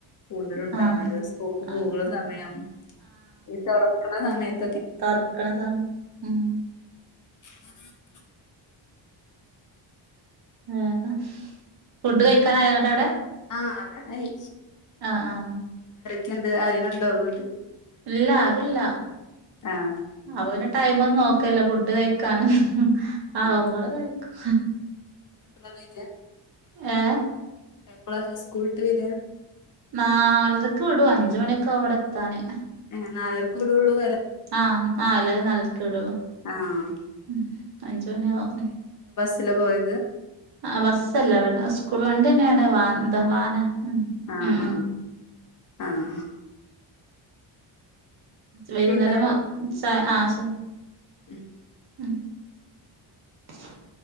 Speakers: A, on the left; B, on the right.
A: കൂടുതല ഉണ്ടവുന്നത്
B: ആഹ്
A: സ്കൂക്ക് പോകുന്ന
B: ആഹ്
A: സമയം ഈ തുറക്കണ സമയത്ത്
B: തുർക്കണ സമയ ഉം
A: <unintelligible>
B: ആഹാ ഫുഡ് കഴിക്കാനായങ്ങാട്ടാവിടെ
A: ആഹ് അതായി
B: ആ ആ
A: കേന്ത് ആരെലുണ്ടോവി
B: ഇല്ലല്ല ആരുല്ല
A: ആഹ്
B: അപ്പൊ പിന്നെ ടൈമം ഒന്നും നോക്കില്ല ഫുഡ് കഴ ക്കാണ് ആ <unintelligible>
A: ആഹ്
B: കഴിക്കും
A: <unintelligible>
B: ഏ
A: എപ്പോളാണ് ഞാൻ സ്കൂൾവിട്ട് വര
B: നാലരക്ക് വിടു അഞ്ച് മണിയൊക്കവും വിടെ എത്താന്ന്
A: നല്ലരക്കു വീടോള്ളൂ
B: ആഹ് ആഹ് എല്ലാരും നല്ലരാക്ക് വിടുള്ളൂ
A: ആഹ്
B: ഉം അഞ്ചുമണിയാവും
A: പിള്ള പോയത്
B: ആ ബസ്സല്ല സ്കൂൾ വണ്ടി തന്നെയാണ് വാൻ എന്താ വാന ഉം
A: ആ
B: ഉം
A: ആ
B: ഉം
A: ആ ആ
B: വൈകുന്നേരം
A: എന്നാല്
B: ആ ചാ ശെരി
A: <unintelligible>
B: ഉം <unintelligible>